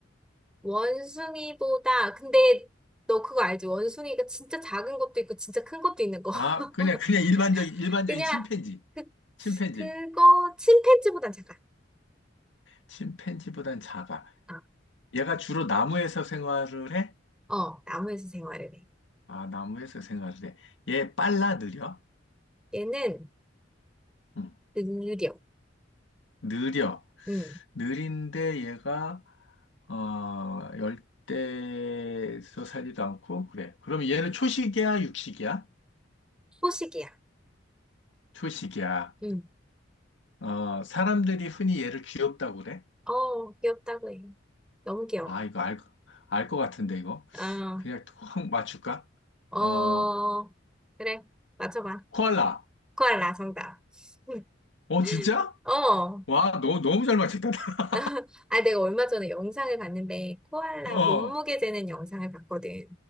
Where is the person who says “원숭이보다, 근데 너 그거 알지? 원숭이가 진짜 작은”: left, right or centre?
Centre